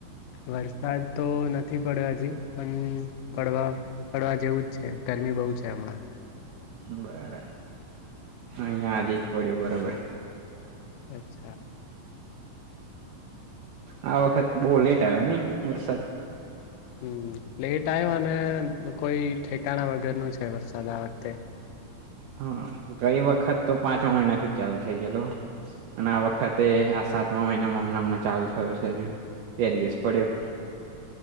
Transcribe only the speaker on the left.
વરસાદ તો નથી પડ્યો હજી પણ પડવા. હડવા જેવું જ છે ગરમી બહુ છે હમણાં.
અચ્છા.
હમ લેટ આવ્યો અને કોઈ ઠેકાણા વગર નું છે વરસાદ આ વખતે.